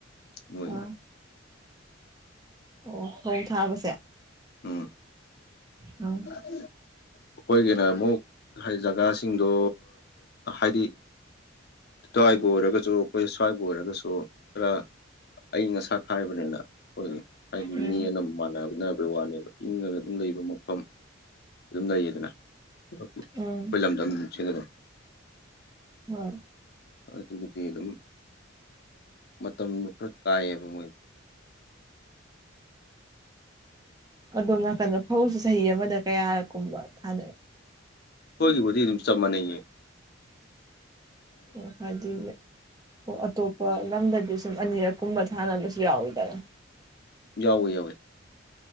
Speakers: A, on the left; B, on the right.
A: ꯍꯣꯏ
B: ꯑꯥ ꯑꯣ ꯐꯧ ꯊꯥꯕꯁꯦ
A: ꯎꯝ
B: ꯎꯝ
A: <inaudible> ꯑꯩꯈꯣꯏꯒꯤꯅ ꯑꯃꯨꯛ ꯍꯥꯏꯗꯤ ꯖꯒꯥꯁꯤꯡꯗꯣ ꯍꯥꯏꯗꯤ ꯑꯗꯨꯋꯥꯏꯕꯨ ꯑꯣꯏꯔꯒꯁꯨ ꯑꯩꯈꯣꯏ ꯁ꯭ꯋꯥꯏꯕꯨ ꯑꯣꯏꯔꯒꯁꯨ ꯈꯔ ꯑꯏꯪ ꯑꯁꯥ ꯈꯥꯏꯕꯅꯤꯅ ꯑꯩꯈꯣꯏ ꯍꯥꯏꯗꯤ
B: ꯎꯝ
A: ꯃꯤ ꯑꯅ ꯃꯥꯟꯅꯅꯕꯒꯤ ꯋꯥꯅꯦꯕ ꯏꯪꯅ ꯑꯗꯨꯝ ꯂꯩꯕ ꯃꯐꯝ ꯑꯗꯨꯝ ꯂꯩꯌꯦꯗꯅ ꯑꯩꯈꯣꯏ
B: ꯎꯝ
A: ꯂꯝꯗꯝ ꯁꯤꯗꯗ
B: ꯍ
A: ꯑ ꯆꯕꯇꯤꯗꯝ ꯃꯇꯝꯗꯨ ꯈꯔ ꯀꯥꯏꯑꯕ ꯃꯣꯏ
B: ꯑꯗꯣ ꯅꯥꯀꯟꯗ ꯐꯧꯁꯨ ꯆꯍꯤ ꯑꯃꯗ ꯀꯌꯥ ꯀꯨꯝꯕ ꯊꯥꯅꯩ
A: ꯍꯣꯏꯒꯤꯕꯨꯗꯤ ꯆꯞ ꯃꯥꯅꯩ
B: ꯑꯣ ꯍꯥꯏꯗꯤ ꯑꯇꯣꯞꯄ ꯂꯝꯗꯗꯤꯁꯨ ꯁꯨꯝ ꯑꯅꯤꯔꯛ ꯀꯨꯝꯕ ꯊꯥꯅꯕꯁꯨ ꯌꯥꯎꯗꯅ
A: ꯌꯥꯎꯋꯦ ꯌꯥꯎꯋꯦ